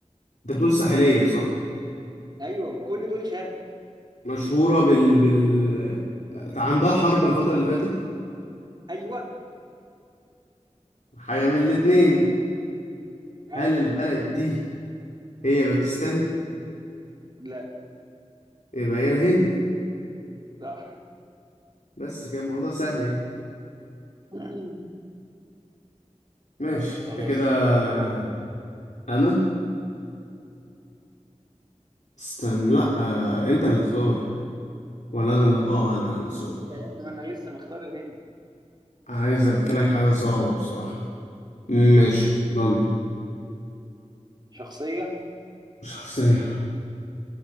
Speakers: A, on the left (about 75°); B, on the right (about 35°).
A: انت بتقول ساحلية صح
B: ايوه كل دول شرق
A: مشهورة بال بال آه، عندها حرب
B: ما انا
A: الفترة
B: قلت لك
A: اللي فاتت
B: ايوه
A: حاجة من الاتنين
B: اه
A: هل البلد دي هي باكستان
B: لا
A: يبقى هي الهند
B: صح
A: بس كده الموضوع سهل يعني
B: <clears throat>
A: ماشي
B: خلاص
A: انت كده
B: اختار
A: آه،
B: انت
A: انا استنى لا آه، انت اللي تختار ولا انا اللي اه انا انا سوري
B: انت يا ابني ما انا لسه مختار الهند
A: عايز ابكلك حاجة صعبة بصراحة ماشي ضمن
B: شخصية
A: شخصية